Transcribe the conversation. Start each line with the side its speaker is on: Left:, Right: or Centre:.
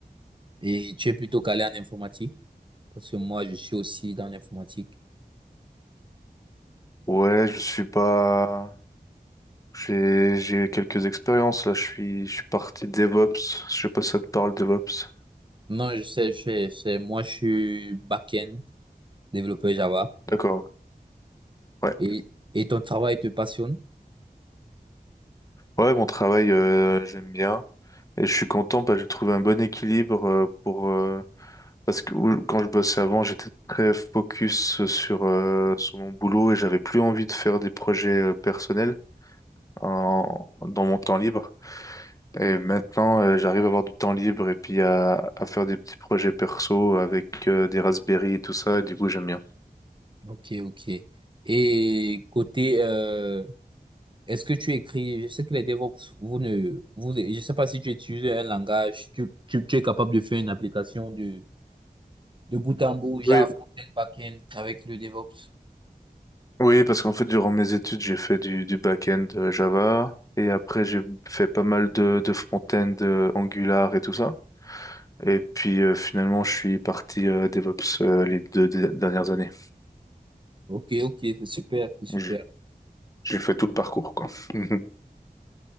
Right: Et tu es plutôt calé en informatique? Parce que moi, je suis aussi dans l'informatique.
Left: Ouais, je suis pas. J'ai j'ai quelques expériences là. Je suis je suis parti DevOps. Je sais pas si ça te parle DevOps.
Right: Non, je sais, je sais, je sais. Moi, je suis back-end, développeur Java.
Left: D'accord. Ouais.
Right: Et, et ton travail te passionne?
Left: Ouais, mon travail euh, j'aime bien et je suis content parce que j'ai trouvé un bon équilibre euh, pour euh, Parce que où- quand je bossais avant, j'étais très focus sur, euh, sur mon boulot et j'avais plus envie de faire des projets euh, personnels en- dans mon temps libre. Et maintenant, euh, j'arrive à avoir du temps libre et puis à, à faire des petits projets perso avec euh, des Raspberry et tout ça. Et du coup, j'aime bien.
Right: Ok, ok. Et côté, euh, Est-ce que tu écris, je sais que les DevOps, vous ne, vous, je sais pas si tu utilises un langage, tu, tu, tu es capable de faire une application de, de bout en bout, Java,
Left: Oui.
Right: front-end, back-end, avec le DevOps.
Left: Oui, parce qu'en fait, durant mes études, j'ai fait du, du back-end euh, Java et après, j'ai fait pas mal de, de front-end euh, Angular et tout ça. Et puis euh, finalement, je suis parti euh, DevOps euh, les deux dé- dernières années.
Right: Ok, ok, c'est super, c'est super.
Left: J'ai j'ai fait tout le parcours, quoi. <laughs>